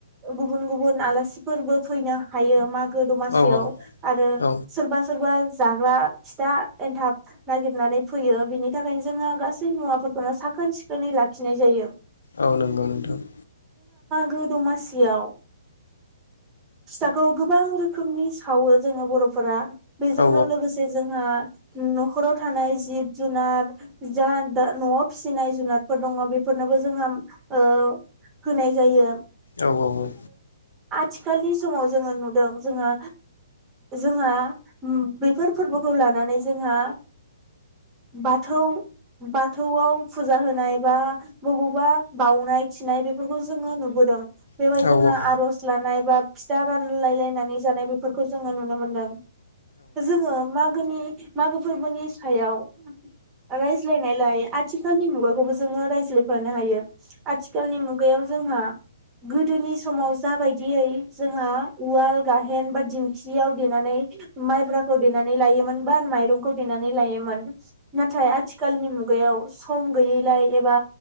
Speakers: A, on the right (about 20°); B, on the left (about 85°).
A: गुबुन गुबुन आलासिफोरबो फैनो हायो मा गो दमासियाव
B: औ
A: आरो
B: औ
A: सोरबा सोरबा जाग्रा फिथा एन्थाब नागिरनानै फैयो बिनि थाखायनो जोङो गासै मुवाफोरखौनो साखोन सिखोनै लाखिनाय जायो ।
B: औ नंगौ नोंथां ।
A: गो दमासियाव फिथाखौ गोबां रोखोमनि सावो जोंङो बर'फोरा बेजोंनो
B: औ
A: लोगोसे जोंहा न'खराव थानाय जिब जुनार जा न'आव फिसिनाय जुनारफोर दङ बेफोरनोबो जोंहा ओ होनाय जायो ।
B: औ औ औ
A: आथिखालनि समाव जोंङो नुदों जोंहा जोंहा उम्म बेफोर फोरबोखौ लानानै जोंहा बाथौ बाथौआव फुजा होनाय बा बबावबा बावनाय थिनाय बेफोरखौ जोंङो नुबोदों । बेवहाय
B: औ
A: जोंङो आर'ज लानाय बा फिथा रानलायलायनानै जानाय बेफोरखौ जोंङो नुनो मोनदों । जोंङो मागोनि मागो फोरबोनि सायाव रायज्लायनायलाय आथिखालनि मुगाखौबो जोंङो रायज यफानो हायो, आथिखालनि मुगायाव जोंहा गोदोनि समाव जाबायदियै जोंहा उवाल गाहेन बा दिंखियाव देनानै माइब्राखौ देनानै लायोमोन बा माइरंखौ देनानै लायोमोन । नाथाय आथिखालनि मुगायाव सम गैयैलाय एबा